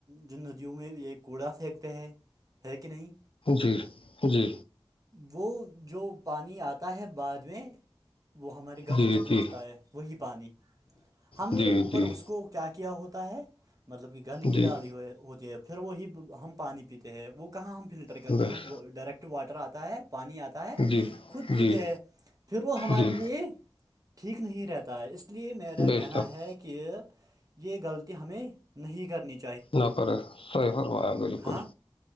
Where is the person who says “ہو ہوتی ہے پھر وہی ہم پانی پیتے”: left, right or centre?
Right